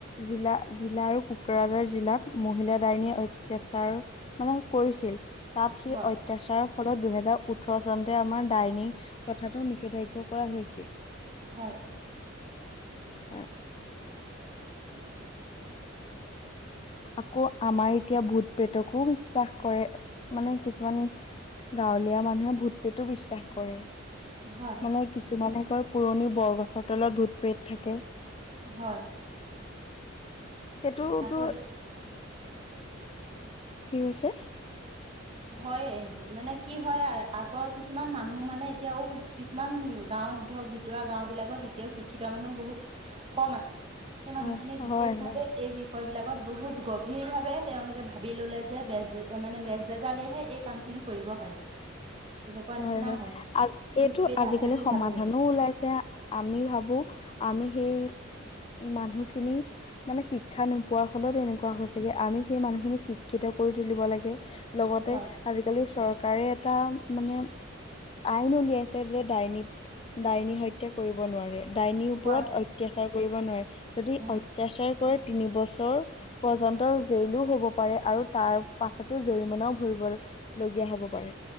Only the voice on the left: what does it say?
জিলা জিলা আৰু কোকৰাঝাৰ জিলাত মহিলা দাইনী অত্যাচাৰ মানে কৰিছিল। তাত সি
অত্যাচাৰ ফলত দুহেজাৰ ওঠৰ চনতে আমাৰ ডাইনী প্ৰথাটো নিষেধাজ্ঞ কৰা হৈছিল।
উম।
আকৌ আমাৰ এতিয়া ভূত প্ৰেতকো চাস কৰে মানে কিছুমান গাঁৱলীয়া মানুহে ভূত প্ৰেতো বিশ্বাস কৰে।
মানে কিছুমানে কয় পুৰণি বৰগছৰ তলত ভূতপ্ৰেত থাকে।
সেইটোতো
কি হৈছে?
হয়,
হয়,
হয়,
হয়
হয়,
আ
এইটো
আজিকালি
সমাধানো
ওলাইছে আমি ভাবো আমি সেই মানুহখিনি মানে শিক্ষা নোপোৱাৰ ফলত এনেকুৱা কোৱা হৈছেগে আমি সেই মানুহখিনিক শিক্ষিত কৰি তুলিব লাগে লগতে
আজিকালি চৰকাৰে এটা মানে আইন উলিয়াইছে যে ডাইনী ডাইনী হত্যা কৰিব নোৱাৰে, ডাইনীৰ ওপৰত
অত্যাচাৰ কৰিব নোৱাৰে, যদি
অত্যাচাৰ কৰে তিনি বছৰ পৰ্যন্ত জেইলো হব প আৰু তাৰ পাছতো জৰিমনাও ভৰিবলীয়া হ'ব পাৰে।